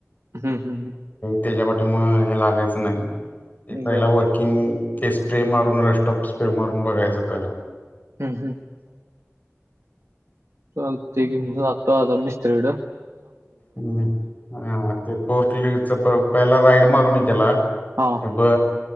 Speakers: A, on the right; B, on the left.
A: हम्म-हम-हम.
B: त्याचज्या पाठी मागं हे लागायचं नाही ते पहिला
A: बर
B: वर्किंग ते स्प्रे मारून रस्ट ऑप मारून बघायचं कला
A: हम्म हम! चालते
B: आहे.
A: की मं जातो आता मी कडं
B: ह ह. ते पोर्ट ले प पहिला राईड मारू ये त्याला
A: हा
B: बघ